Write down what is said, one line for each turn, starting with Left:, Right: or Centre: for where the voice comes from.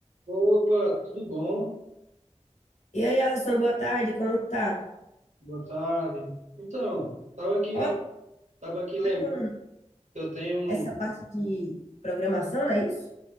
Right: Opa, tudo bom?
Left: E aí, Alisson, boa tarde, como tá?
Right: Boa tarde. Então, tava aqui,
Left: Ó,
Right: tava aqui lembrando
Left: tá com
Right: que eu tenho
Left: essa
Right: um.
Left: parte de programação, não é isso?